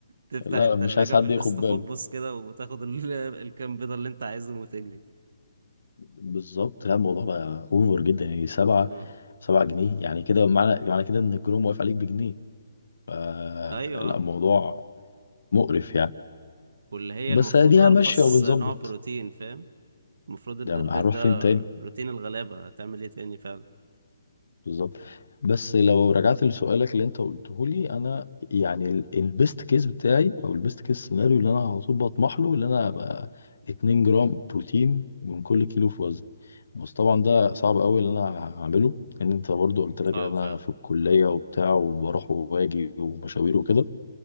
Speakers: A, on the right (about 65°); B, on the left (about 80°).
A: تفتح
B: لا
A: التلاجة
B: مش عايز حد
A: في الاستخبص
B: ياخد باله
A: كده وتاخد ال- <laughs> الكام بيضة اللي انت عايزهم وتجري
B: بالظبط لا الموضوع بقى اوفر جدا يعني سبعة
A: اه
B: سبعة جنيه يعني كده معنى معنى كده ان الكروم واقف عليك بجنيه فلا
A: ايوه
B: الموضوع مقرف يعني
A: واللي هي
B: بس
A: المفروض
B: اديها
A: ارخص
B: ماشية وبنظبط
A: نوع بروتين فاهم المفروض ان
B: ده
A: البيض
B: هنروح
A: ده
B: فين تاني
A: بروتين الغلابة هتعمل ايه تاني فعلا
B: بالظبط بس لو رجعت لسؤالك اللي انت قلته لي انا يعني البيست كيس بتاعي او البيست كيس سيناريو اللي انا على طول بطمح له اللي انا ابقى 2 جرام بروتين من كل كيلو في وزني بس طبعا ده صعب قوي اللي انا هعمله ان انت برضو قلت لك
A: صعب
B: ان انا
A: فعلا
B: في الكليه وبتاع وبروح وباجي ومشاوير وكده